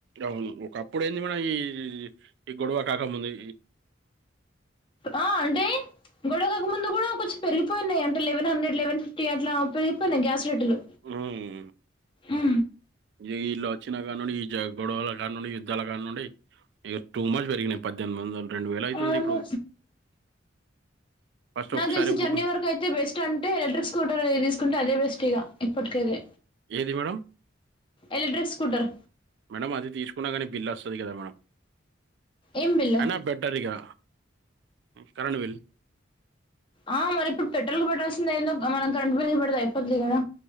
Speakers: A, on the right; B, on the left.
A: అవును ఒక అప్పుడు ఏంది మన ఈ ఈ గొడవ కాకముంది
B: ఆ అంటే గొడవకాక ముందు కూడా కొంచెం పెరిగిపోయినాయి అంటే లెవెన్ హండ్ర లెవెన్ ఫిఫ్టీ అట్లా పెరిగిపోయినై గ్యాస్ రేట్లు
A: ఉమ్
B: ఉ
A: ఇగ వీళ్ళు వచ్చినా కాని నుండి ఈ జ గొడవల కాని నుండి యుద్ధాల కాని నుం ఇక టూ మచ్ పెరిగినాయి పద్దెనిమిది వందలు రెండు వేల అయితుంది
B: అవును.
A: ఇప్పుడు ఫస్ట్
B: నాకు
A: ఒకసారి
B: తెలిసి జర్నీ
A: బుక్
B: వరకు అయితే బెస్ట్ అంటే, ఎలక్ట్రిక్ స్కూటర్ అనేది తీసుకుంటే అదే బెస్ట్. ఇగా ఇప్పటికైతే
A: ఏది మేడం
B: ఎలక్ట్రిక్ స్కూటర్.
A: మేడం అది తీసుకున్నా కానీ బిల్ వస్తది కదా మేడం
B: ఏం బిల్లు?
A: అయినా బెటర్ ఇగా కరంట్ విల్
B: ఆ మరి ఇప్పుడు పెట్రోల్ కు పట్టడాల్సిందే ఏందో, మనం కరెంట్ బిల్ పడితే అయిపోతుంది కదా.